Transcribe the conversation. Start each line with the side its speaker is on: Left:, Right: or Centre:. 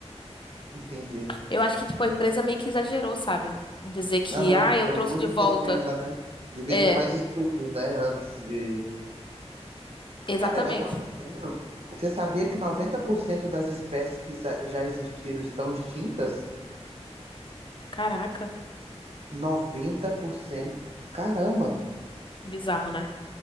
Right: Entendi.
Left: Eu acho que, tipo, a empresa meio que exagerou, sabe? Em Dizer que,
Right: Aham.
Left: ah, eu
Right: Deu
Left: trouxe
Right: muita
Left: de volta.
Right: certeza, né? Devia
Left: É,
Right: ter mais estudos, né? Antes de.
Left: exatamente.
Right: Cara, eu tava vendo. Você sabia que 90% das espécies que za- já existiram estão extintas?
Left: Caraca,
Right: 90%. Caramba!
Left: bizarro, né?